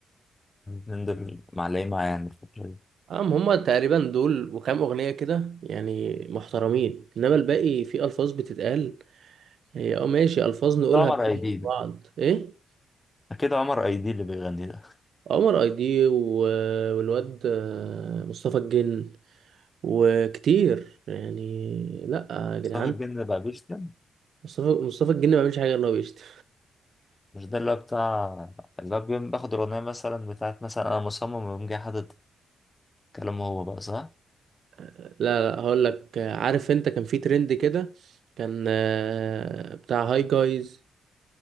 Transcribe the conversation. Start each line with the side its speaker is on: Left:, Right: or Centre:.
Left: من دول معلقين معايا يعني الفترة دي
Right: ام هما تقريبا دول وكام اغنيه كده يعني محترمين انما الباقي في الفاظ بتتقال هي اه ماشي الفاظ نقولها
Left: عمر
Right: بين
Left: أيدي
Right: بعض ايه
Left: اكيد عمر ايدي اللي بيغني ده
Right: عمر اي دي و- والواد آه، مصطفى الجن وكتير يعني لا يا جدعان
Left: مصطفى الجن بقى بيشتم
Right: مصطفى مصطفى الجن ما بيعملش حاجه غير ان هو بيشتم
Left: مش ده اللي هو بتاع اللي هو بيقوم باخد الاغنيه مثلا بتاعت مثلا انا مصمم ويقوم جاي حاطط كلامه هو بقى صح؟
Right: <laughs> لا لا هقول لك آه، عارف انت كان في ترند كده كان آه، بتاع هاي جايز